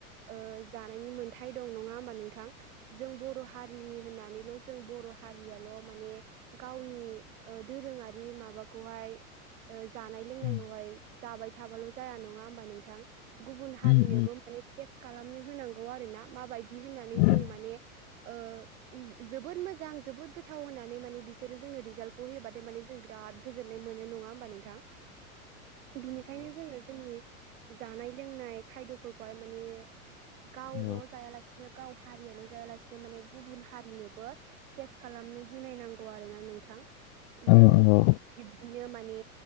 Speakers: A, on the right; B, on the left.
A: ओ जानायनि मोन्थाय दं नङा होमबा नों थां जों बर' हारिनि होननानैल' जों बर' हारियाल' माने गावनि ओ दोरोङारि माबाखौहाय ओ जानाय लोंनायखौहाय
B: उम
A: जाबाय थाबाल' जाया नङा होमबा नोंथां। गुबुन हारिनोबो
B: उम
A: माने टेस्ट खालामनो होनांगौ आरो ना माबायदि होननानै
B: उम
A: जों माने ओ जोबोद मोजां जोबोद गोथाव होननानै माने बिसोरो जोंनो रिजाल्टखौ होयोबाथायमाने जों बिराद गोजोन्नाय मोनो। नङा होमबा नोंथां? बिनिखायनो जोङो जोंनि जानाय लोंनाय खायद'फोरखौहाय माने गावल'
B: औ
A: जायालासिनो गाव हारियाल' जायालासिनो माने गुबुन हारिनोबो थेस खालामनो होनाय नांगौ आरो ना नोंथां
B: औ नंगौ
A: जोंनिथि बिब्दिनो माने